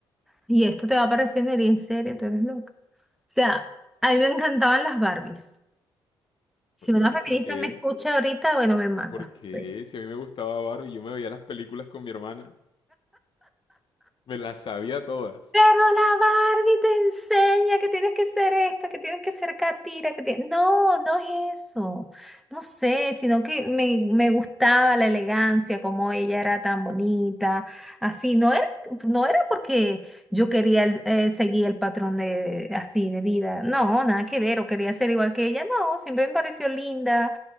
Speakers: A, in the centre; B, on the left (about 50°).
A: y esto te va a parecer medio en serio, tú eres loca. O sea, a mí me encantaban las Barbies. Si una
B: No,
A: feminista
B: porque,
A: me escucha ahorita, bueno, me mata.
B: porque
A: pues.
B: si a mí me gustaba Barbie, yo me veía las películas con mi hermana. Me las sabía todas.
A: Pero la Barbie te enseña que tienes que ser esta, que tienes que ser catira, que tienes... No, no es eso. No sé, sino que me, me gustaba la elegancia, como ella era tan bonita, así. No era, no era porque yo quería el- eh, seguir el patrón de, así de vida. No, nada que ver, o quería ser igual que ella. No, siempre me pareció linda,